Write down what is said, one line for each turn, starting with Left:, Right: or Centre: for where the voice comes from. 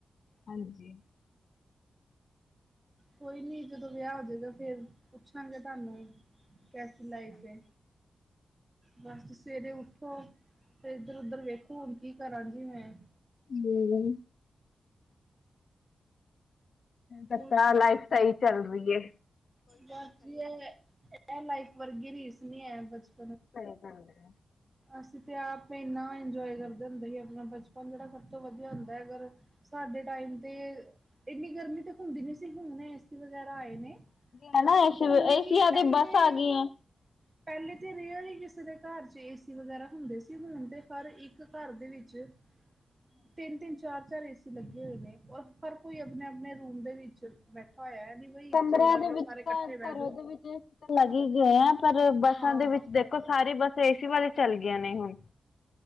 Left: ਹਾਂਜੀ।
Right: ਕੋਈ ਨੀ ਜਦੋਂ ਵਿਆਹ ਹੋਜੇਗਾ ਫੇਰ ਪੁੱਛਾਂਗੇ ਤੁਹਾਨੂੰ। ਕੈਸੀ ਲਾਈਫ ਹੈ। ਬਸ ਸਵੇਰੇ ਉੱਠੋ ਤੇ ਇੱਧਰ ਉਧਰ ਵੇਖੋ ਹੁਣ ਕੀ ਕਰਾਂ ਜੀ ਮੈਂ।
Left: ਹਮ। ਮੈਂਤਾ
Right: ਹੋਰ ਸੁਣਾਓ
Left: ਲਾਈਫ ਸਹੀ ਚੱਲ ਰਹੀ ਹੈ।
Right: ਬਸ ਜੀ ਇਹ ਇਹ ਲਾਈਫ ਵਰਗੀ ਰੀਸ ਨਹੀਂ ਹੈ ਬਪਨ।
Left: ਕ ਕਦੇ।
Right: ਅਸੀਂ ਤਾਂ ਆਪੇ ਇੰਨਾ ਇੰਜੋਏ ਕਰਦੇ ਹੁੰਦੇ ਸੀ ਆਪਣਾ ਬਚਪਨ ਜਿਹੜਾ ਸਭ ਤੋਂ ਵਧੀਆ ਹੁੰਦਾ ਹੈ ਅਗਰ। ਸਾਡੇ ਟਾਈਮ ਤੇ ਇੰਨੀ ਗਰਮੀ ਤੇ ਹੁੰਦੀ ਨੀ ਸੀ ਹੁਣ ਇਸ ਵ। ਵਗੈਰਾ ਆਏ ਨੇ
Left: ਹੈ ਨਾ ਏਸੀ
Right: ਹੁਣ ਵੀ
Left: ਏਸੀਆਂ
Right: ਕੀ ਪਹਿਲੇ।
Left: ਦੀ ਬੱਸ ਆ ਗਈ ਏ।
Right: ਪਹਿਲੇ ਤਾਂ ਰੇਅਰ ਈ ਕਿਸੇ ਦੇ। ਘਰ ਚ ਏਸੀ ਵਗੈਰਾ ਹੁੰਦੇ ਸੀ, ਹੁਣ ਤੇ ਪਰ ਇੱਕ ਘਰ ਦੇ ਵਿੱਚ। ਤਿੰਨ-ਤਿੰਨ, ਚਾਰ-ਚਾਰ ਇਸ। ਲੱਗੇ ਹੋਏ ਨੇ ਔਰ ਹਰ ਕੋਈ ਆਪਣੇ-ਆਪਣੇ ਰੂਮ ਦੇ ਵਿੱਚ ਬੈਠਾ ਹੋਇਆ ਹੈ। ਨੀ ਬਈ
Left: ਕਮਰਿਆਂ
Right: ਇੱਕ ਚੱਲਦਾ
Left: ਦੇ
Right: ਪਿਆ
Left: ਵਿੱਚ
Right: ਸਾਰੇ ਇਕੱਠੇ
Left: ਤਾਂ ਘਰਾਂ
Right: ਬਹਿ ਜਾਓ।
Left: ਦੇ ਵਿੱਚ ਲੱਗ ਹੀ ਗਏ ਆ ਪਰ। ਬੱਸਾਂ
Right: ਹਾਂ।
Left: ਦੇ ਵਿੱਚ ਦੇਖੋ ਸਾਰੀ ਬੱਸ ਏਸੀ ਵਾਲੇ ਚੱਲ ਗਈਆਂ ਨੇ ਹੁਣ।